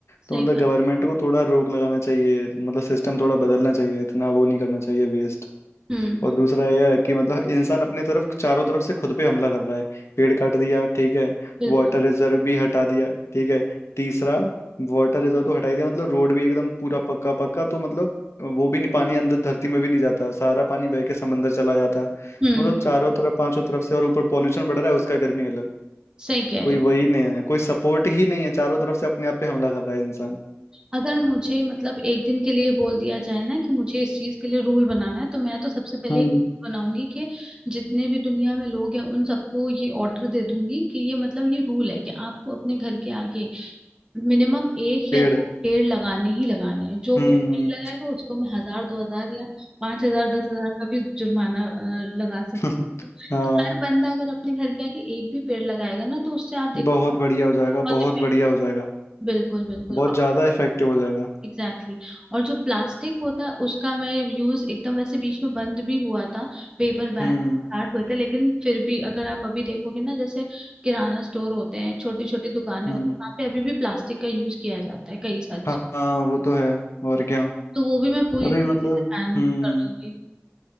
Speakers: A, on the right; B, on the left.
A: सही
B: तो मतलब
A: बात
B: गवर्नमेंट को थोड़ा रोक लगाना चाहिए मतलब सिस्टम थोड़ा बदलना चाहिए इतना वो नहीं करना चाहिए
A: हम्म
B: और दूसरा यह है कि मतलब इंसान अपने तरफ चारों तरफ से खुद पे हमला कर रहा है पेड़ काट दिया ठीक है
A: बिल्कुल
B: वाटर रिजर्व भी हटा दिया ठीक है तीसरा वाटर रिजर्व तो हटा ही दिया मतलब रोड भी एकदम पूरा पक्का पक्का तो मतलब वो भी नहीं पानी अंदर धरती में भी नहीं जाता सारा पानी बह के समंदर चला जाता
A: हम्म
B: मतलब चारों तरफ पांचों तरफ से और ऊपर पॉल्यूशन बढ़ रहा है उसका गर्मी अलग
A: सही कह
B: कोई
A: रहे हो
B: वही नहीं है कोई सपोर्ट ही नहीं है चारों तरफ से अपने आप पे हमला कर रहा है इंसान
A: अगर मुझे मतलब एक दिन के लिए बोल दिया जाए ना कि मुझे इस चीज के लिए रूल बनाना है तो मैं तो सबसे पहले
B: हम्म
A: एक rule बनाऊंगी कि जितने भी दुनिया में लोग हैं उन सबको ये ऑर्डर दे दूंगी कि ये मतलब ये रूल है कि आपको अपने घर के आगे मिनिमम एक
B: पेड़
A: या पेड़ लगाने ही लगाने हैं जो
B: हम्म
A: पेड़ नहीं लगाएगा उसको मैं हजार दो हजार या पांच हजार दस हजार का भी जुर्माना अ, लगा सकती
B: <laughs>
A: हूँ
B: हाँ
A: तो हर बंदा अगर अपने घर के आगे एक भी पेड़ लगाएगा ना तो उससे आप देखो
B: बहुत बढ़िया हो जाएगा
A: बहुत
B: बहुत
A: इफेक्ट
B: बढ़िया हो जाएगा
A: बिल्कुल बिल्कुल
B: बहुत
A: और
B: ज्यादा इफेक्टिव हो जाएगा
A: एग्जैक्टली exactly. और जो प्लास्टिक होता है उसका मैं यूज एकदम वैसे बीच में बंद भी हुआ था पेपर बैग
B: हम्म
A: स्टार्ट हुए थे लेकिन फिर भी अगर आप अभी देखोगे ना जैसे किराना स्टोर होते हैं छोटी छोटी दुकानें
B: हम्म
A: होती हैं वहाँ पे अभी भी प्लास्टिक का यूज किया जाता है कई सारी
B: हाँ
A: चीज
B: हाँ, वो तो है और क्या
A: तो वो भी मैं पूरी
B: अभी
A: तरीके
B: मतलब
A: से बैन
B: हम्म
A: कर दूंगी